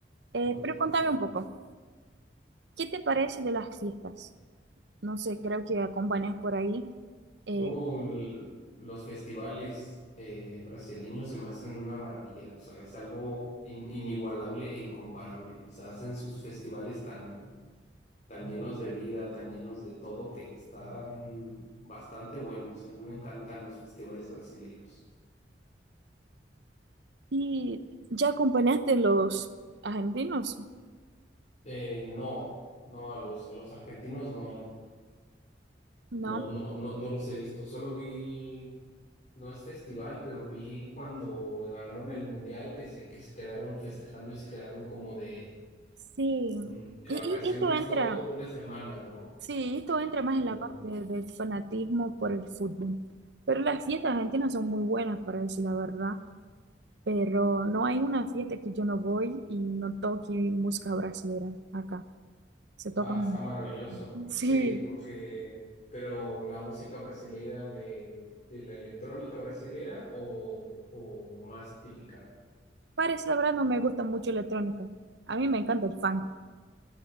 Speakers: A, on the right; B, on the left.
A: Eh,
B: Ok,
A: pero contame
B: ok.
A: un poco, ¿qué te parece de las fiestas? no sé, creo que acompañas por ahí. Eh,
B: Oh, l- los festivales eh, brasileños se me hacen una maravilla, o sea, es algo in- inigualable e incomparable. O sea, hacen sus festivales tan, tan llenos de vida, tan llenos de todo, que están bastante buenos. A mí me encantan los festivales brasileños.
A: ¿y ya acompañaste los argentinos?
B: Eh, no, no, a los, a los argentinos no.
A: No,
B: No, no, no, no los he visto. Solo vi No es festival, pero vi cuando ganaron el mundial que se, que se quedaron festejando y se quedaron como de,
A: sí.
B: mm, de
A: Y,
B: vacaciones
A: y- y esto entra,
B: todos una semana, ¿no?
A: sí, esto entra más
B: En
A: en la
B: el-
A: parte del fanatismo por el fútbol. Pero las fiestas argentinas son muy buenas, para decir la verdad. Pero no hay una fiesta que yo no voy y no toque música brasileña acá. Se toca
B: Ah,
A: mucho.
B: está maravilloso.
A: Sí,
B: Sí, porque, pero la música brasileira de, de la electrónica brasileira o, o más típica.
A: para decir la verdad no me gusta mucho electrónica. A mí me encanta el funk.